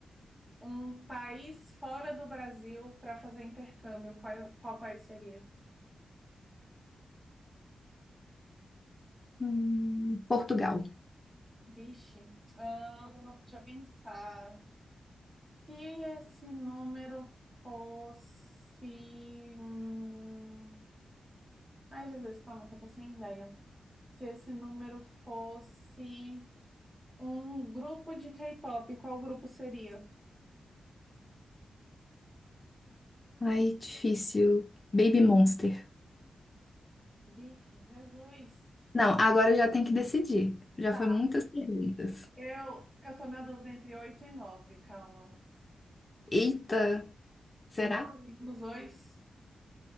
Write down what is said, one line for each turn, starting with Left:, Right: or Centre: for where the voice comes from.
Centre: Um país fora do Brasil para fazer intercâmbio, qual, qual país seria?
Left: Hum, Portugal.
Centre: Vixe, ah, deixa eu pensar. Se esse número fosse. hum, Ai, Jesus, calma, que eu tô sem ideia. Se esse número fosse um grupo de K-pop, qual grupo seria?
Left: Ai, difícil. Baby Monster.
Centre: Vixe, Jesus.
Left: Não, agora eu já tenho que decidir. Já
Centre: Tá,
Left: foi muitas perguntas.
Centre: eu, eu tô na dúvida entre 8 e 9 calma.
Left: Eita, será?
Centre: Não é nenhum dos dois.